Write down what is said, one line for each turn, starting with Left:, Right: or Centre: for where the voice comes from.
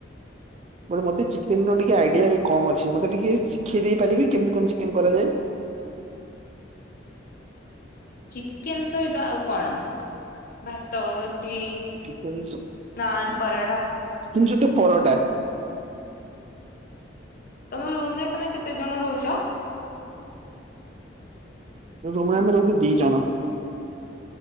Right: ବଟ ମତେ ଚିକେ ଚିକେନ ର ଟିକେ ଆଇଡିଆ ଏବେ କମ୍ ଅଛି ମତେ ଟିକେ ଶିଖେଇ ଦେଇ ପାରିବେ କେମିତି କଣ ଚିକେନ୍ କରାଯାଏ।
Left: ଚିକେନ ସହିତ ଆଉ କଣ ଭାତ। ଟି
Right: ଚିକେନ ସ
Left: ନାନ ପରଠା।
Right: ଚିକେନ ସହିତ ପରଟା।
Left: ତମ ରୁମରେ ତମେ କେତେ ଜଣ ରହୁଛ।
Right: ରୁମରେ ଆମେ ରହୁଛୁ ଦି ଜଣ।